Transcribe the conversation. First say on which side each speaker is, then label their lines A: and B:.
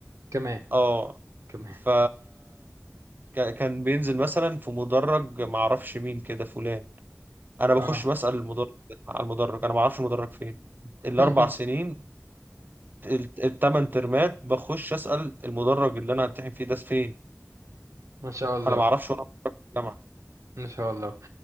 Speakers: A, on the right; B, on the right.
A: كمان
B: اه
A: كمان
B: ف ك- كان بينزل مثلا في مدرج ما اعرفش مين كده فلان انا بخش
A: اه
B: بسأل المدرج على المدرج انا ما اعرفش المدرج فين
A: <laughs>
B: الاربع سنين الت- التمن ترمات بخش أسأل المدرج اللي انا همتحن فيه ده فين
A: ما شاء الله
B: انا ما اعرفش وانا بتخرج في الجامعة
A: ما شاء الله